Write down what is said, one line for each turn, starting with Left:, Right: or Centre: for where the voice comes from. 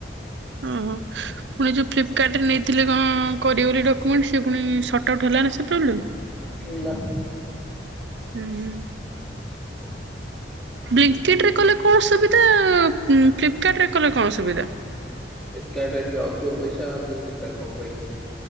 Right: ଓ ହୋ। ପୁଣି ଯୋଉ ଫ୍ଲିପକାର୍ଟରେ ନେଇଥିଲେ କଣ କରିବ ବୋଲି ଡକ୍ୟୁମେଣ୍ଟ ସ ସେ ପୁଣି ସଟ ଆଉଟ୍ ହେଲା ନା ସେ ପ୍ରୋବ୍ଲେମ୍।
Centre: ହେଲା।
Right: ହୁଁ ହୁଁ। ବ୍ଲିଙ୍କିଟ୍ରେ କଲେ କଣ ସୁବିଧା ଫ୍ଲିପକାର୍ଟରେ କଲେ କଣ ସୁବିଧା?
Centre: ଫ୍ଲିପକାର୍ଟରେ କଲେ ଟିକେ ଅଧିକ ପଇସା ବ୍ଲିଙ୍କିଟରେ କମ ପଇସା।